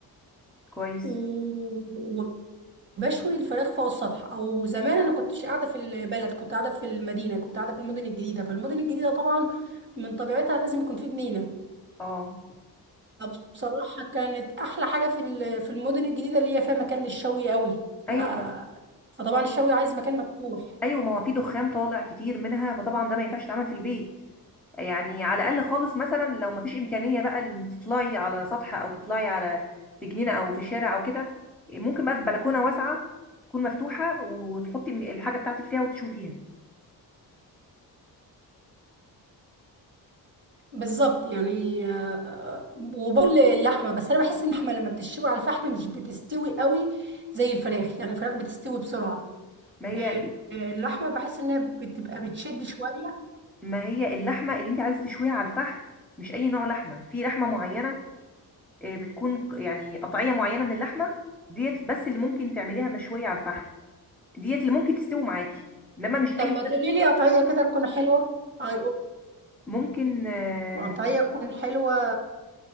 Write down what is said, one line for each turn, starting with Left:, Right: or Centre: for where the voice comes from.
Centre: كويس
Right: و- وبشوي الفراخ فوق السطح او زمان انا كنتش قاعده في البلد كنت قاعده في المدينه كنت قاعده في المدن الجديده فالمدن الجديده طبعا من طبيعتها لازم يكون في جنينه
Centre: اه
Right: فبصراحة كانت أحلى حاجة في ال- في المدن الجديدة اللي هي فيها مكان للشوي قوي ف...
Centre: أيوة ما
Right: فطبعا الشوي عايز مكان مفتوح
Centre: أيوة ما هو في دخان طالع كتير منها فطبعا ده ما ينفعش يتعمل في البيت يعني على الأقل خالص مثلا لو ما فيش إمكانية بقى إنك تطلعي على سطح أو تطلعي على في جنينة أو في شارع أو كده ممكن بقى في بلكونة واسعة تكون مفتوحة وتحطي الحاجة بتاعتك فيها وتشوي فيها
Right: بالظبط يعني آه، آه، وبقول اللحمة بس أنا بحس إن اللحمة لما بتشوي على الفحم مش بتستوي قوي زي الفراخ يعني الفراخ بتستوي بسرعة
Centre: ما هي
Right: آه، آه، اللحمة بحس إنها بتبقى بتشد شوية
Centre: ما هي اللحمه اللي انت عايزه تشويها على الفحم مش اي نوع لحمه في لحمه معينه آه، بتكون ق- يعني قطعيه معينه من اللحمه ديت بس اللي ممكن تعمليها مشويه على الفحم ديت اللي ممكن تستوي معاكي انما مش
Right: طب
Centre: اي
Right: ما تقولي لي قطعية كده تكون حلوة أي-
Centre: ممكن آه،
Right: قطعية تكون حلوة